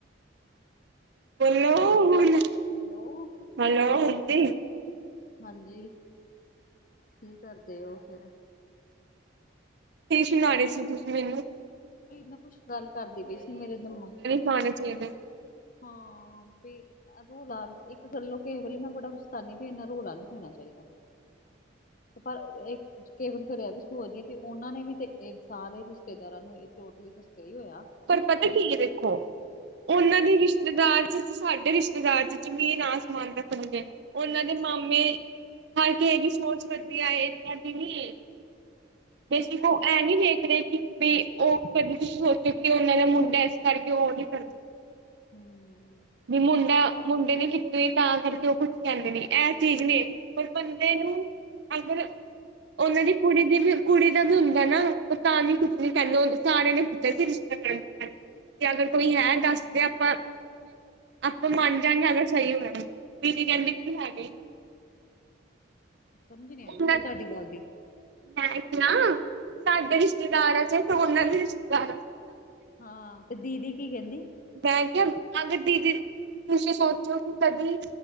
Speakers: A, on the right (about 55°); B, on the left (about 40°).
A: ਬੋਲੋ ਗੁੜੀਆ
B: ਹੈਲੋ
A: ਹੈਲੋ ਆਂਟੀ
B: ਹਾਂਜੀ ਕੀ ਕਰਦੇ ਹੋ ਫਿਰ
A: ਕੀ ਸੁਨਾਨੀ ਸੀ ਤੁਸੀਂ ਮੈਨੂੰ
B: ਕੀ ਮੇ ਕੁੱਛ ਗੱਲ ਕਰਦੀ ਪਈ ਸੀ ਮੇਰੇ ਦਮਾਗ
A: ਪੌਣੇ ਛੇ ਦੇ।
B: ਹਾਂ ਪੇ ਅ ਰੋਲਾ ਇੱਕ ਗੱਲੋਂ ਕਿਸ ਵੇਲੇ ਮੈਂ ਬੜਾ ਪਛਤਾਨੀ ਵੀ ਇਨਾ ਰੌਲਾ ਨੀ ਪੈਣਾ ਚਾਹੀਦਾ। ਪਰ ਇਹ ਕਈ ਵਾਰੀ ਇਹ ਵੀ ਸੋਚਦੀਆਂ ਵੀ ਉਹਨਾਂ ਨੇ ਵੀ ਤੇ ਸਾਰੇ ਰਿਸ਼ਤੇਦਾਰਾਂ ਨੂੰ ਇਹ ਟੋਟਲੀ ਦੱਸਿਆ ਹੀ ਹੋਇਆ।
A: ਪਰ ਪਤਾ ਕੀ ਹੈ, ਦੇਖੋ ਉਹਨਾਂ ਦੀ, ਰਿਸ਼ਤੇਦਾਰ ਚ ਤੇ ਸਾਡੇ ਰਿਸ਼ਤੇ ਦਾਰ, ਬਾਜ਼ਾਰ ਚ ਜ਼ਮੀਨ ਆਸਮਾਨ ਰੱਖਣਗੇ, ਉਹਨਾਂ ਦੇ ਮਾਮੇ ਹਰ ਕਿਸੇ ਦੀ ਸੋਚ, ਵਧੀਆ, ਏਸ ਕਰਕੇ ਨੀ ਐ, ਬੇਸਿਕ ਉਹ ਐੰਵੀ ਨੇ। ਵੀ, ਉਹ ਕਦੇ ਤੁਸੀਂ ਸੋਚੋ ਕਿ ਉਹਨਾਂ ਦਾ ਮੁੰਡਾ, ਇਸ ਕਰਕੇ ਉਹ ਨਹੀਂ ਕਰਦੇ।
B: ਹਮਮ
A: ਵੀ ਮੁੰਡਾ, ਮੁੰਡੇ ਨੇ ਕੀਤੇ ਤਾਂ, ਕਰਕੇ ਉਹ ਕੁੱਛ ਕਹਿੰਦੇ ਨਹੀਂ ਇਹ ਚੀਜ਼ ਨੇ ਪਰ ਬੰਦੇ ਨੂੰ, ਅਗਰ ਉਹਨਾਂ ਦੀ ਕੁੜੀ ਦੀ ਵੀ ਕੁੜੀ ਦਾ ਵੀ ਹੁੰਦਾ ਨਾ, ਉਹ ਤਾਂ ਵੀ ਕੁੱਛ ਨੀ ਕਹਿੰਦੇ, ਸਾਰਿਆਂ ਨੇ ਪੁੱਛਿਆ ਸੀ, ਰਿਸ਼ਤੇ ਦਾ ਤੇ, ਅਗਰ ਕੋਈ ਹੈ, ਦੱਸਦੇ ਆਪਾਂ ਆਪਾਂ ਮੰਨ ਜਾਂਗੇ, ਅਗਰ ਸਹੀ ਹੋਇਆ, ਦੀਦੀ ਕਹਿੰਦੇ, ਕਿ ਹੈਗੇ।
B: ਸਮਝ ਨੀ, ਆਈ
A: ਉਹਨਾਂ
B: ਮੈਨੂੰ ਤੁਹਾਡੀ ਗੱਲ ਦੀ।
A: ਮੈਂ ਕਿਹਾ, ਸਾਡੇ ਰਿਸ਼ਤੇਦਾਰ ਐਂ, ਚਾਹੇ ਤੂੰ ਉਹਨਾਂ ਦੀ ਰਿਸ਼ਤੇਦਾਰ ਐਂ
B: ਹਾਂ, ਤੇ ਦੀਦੀ ਕੀ ਕਹਿੰਦੀ?
A: ਮੈਂ ਕਿਹਾ, ਅਗਰ ਦੀਦੀ, ਤੁਸੀਂ ਸੋਚੋ ਕਿ ਕਦੀ